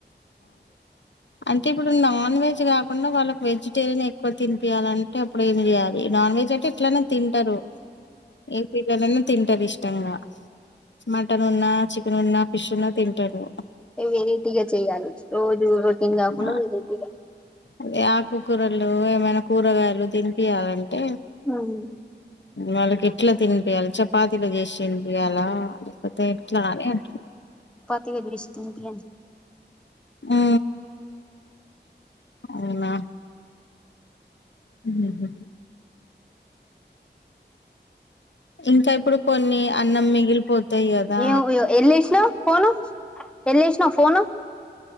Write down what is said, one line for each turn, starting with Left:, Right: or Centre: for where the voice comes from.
Left: అంటే ఇప్పుడు నాన్ వె జ్ కాకుండా వాళ్ళ కి వెజిటేరియనే ఎక్కువ తినిపియ్యాలంటే అప్పుడు ఏమి చేయాలి నాన్ వెజ్ జ్ ఎట్లన తింటరు ఏం పెట్నాగాని తింటరు ఇష్టంగా మటన్ ఉన్నా చికెన్ ఉన్నా ఫిష్ ఉన్నా తింటారు
Centre: వెరైటీగా చేయాలి రోజు రోటీన్ కాకుండా
Left: ఆ
Centre: వేరేటిగా
Left: అదే ఆకుకూరలు ఏమైనా కూరగాయలు తినిపియ్యాలంటే
Centre: ఉమ్
Left: వాళ్ళకి ఎట్లా తినిపియాలి చపాతీలో చేసి తినిపియాలా లేపోతే ఎట్లా అని అట్ల
Centre: తిగ పిలిషి తినిపియ్యండి
Left: ఉ అవునా ఉహు ఇంకా ఇప్పుడు కొన్ని అన్నం మిగిలిపోతాయి కదా
Centre: ఎమో యెల్లేషినవ్ ఫోను యెల్లేషినవ్ ఫోను